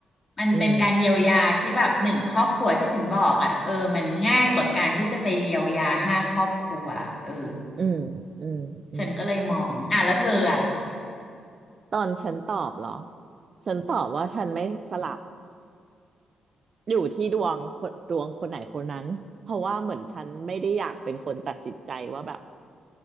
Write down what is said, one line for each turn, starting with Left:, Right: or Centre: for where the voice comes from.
Left: มันเป็นการเยียวยาที่แบบหนึ่งครอบครัวที่ฉันบอกอ่ะเออมันง่ายกว่าการที่จะไปเยียวยาห้าครอบครัวเออ
Right: อืม อืมอืมอืม
Left: ฉันก็เลยมอง อ่ะแล้วเธออ่ะ
Right: ตอนฉันตอบเหรอฉันตอบว่าฉันไม่สลับอยู่ที่ดวงคนดวงคนไหนคนนั้นเพราะว่าเหมือนฉันไม่ได้อยากเป็นคนตัดสินใจว่าแบบ